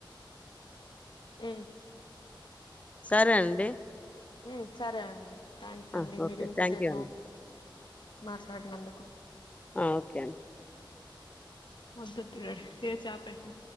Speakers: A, on the left; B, on the left.
A: మ్
B: సరే అండి
A: మ్ సరే అండి. థ్యాంక్స్
B: ఆ!
A: అండి
B: ఓకే
A: మీరు ఇంతసేపు
B: థ్యాంక్ యూ అండి
A: మాట్లాడినందుకు.
B: ఆ! ఓకే అండి
A: వత్తుండ్రి ఏ చాప ఎట్టన